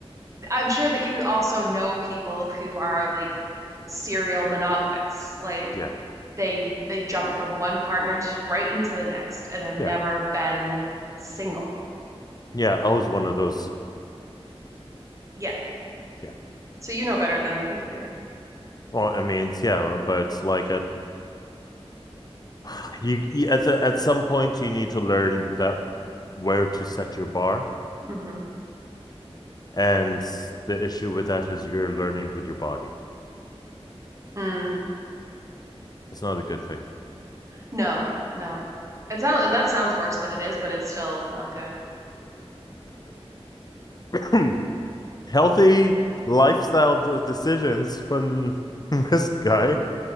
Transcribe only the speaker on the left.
Yeah,
yeah,
yeah. I was one of those.
Yeah.
Well, I mean, it's- yeah, but like at <sighs> You, you at the, at some point you need to learn that where to set your bar,
and the issue with that is you're learning with your body.
It's not a good thing.
<laughs> Healthy lifestyle d- decisions from <laughs> this guy.